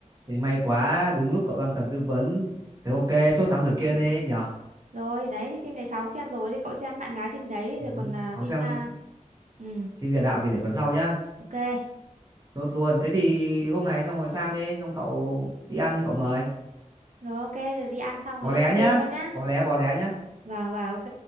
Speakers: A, on the right; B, on the right.
A: Thì may quá, đúng lúc cậu đang cần tư vấn. Thế ok, chốt thám tử Kiên đi nhở.
B: Rồi, đấy thì phim đấy cháu cũng xem rồi thì cậu xem bạn gái phim đấy đi
A: Ừ.
B: rồi còn à,
A: Cậu
B: phim
A: xem
B: à, ừ,
A: phim địa đạo thì để tuần sau nhá.
B: ok.
A: Chốt luôn. Thế thì hôm nay xong rồi sang đi, xong cậu đi ăn cậu mời.
B: Rồi ok rồi đi ăn xong rồi
A: Bỏ
B: đi
A: lé
B: xem
A: nhá.
B: phim luôn nhá.
A: Bỏ lé bỏ lé nhá.
B: Vâng và ok.